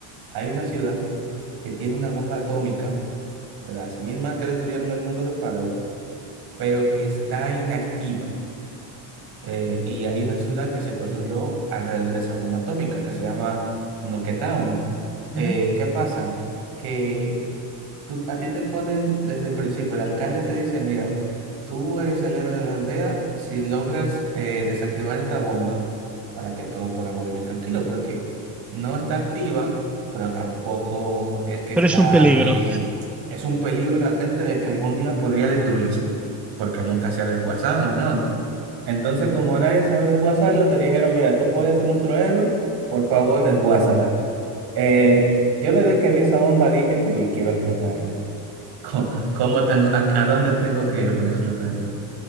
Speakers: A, on the right; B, in the centre.
A: hay una ciudad que tiene una bomba atómica, de las mismas que destruyeron el mundo de Fallout, pero que está inactiva. Eh, y hay una ciudad que se construyó alrededor de esa bomba atómica, que se llama Nuketown.
B: Ujú.
A: Eh, ¿qué pasa? Que tú- a ti te ponen desde el principio, el alcalde te dice, mira, tú eres el héroe de la aldea si logras eh, desactivar esta bomba para que todos podamos vivir tranquilos, porque no está activa, pero tampoco es que
B: Pero
A: está,
B: es un peligro.
A: y es un peligro latente de que algún día podría destruirse, porque nunca se ha desguazado ni nada. Entonces, como nadie sabe desguazarlo, te dijeron, mira, tú puedes ser nuestro héroe, por favor, desguázala. Eh, yo desde que vi esa bomba dije, uy, quiero explotarla. ¿Cómo, cómo tengo, a, a dónde tengo que ir para explotarla?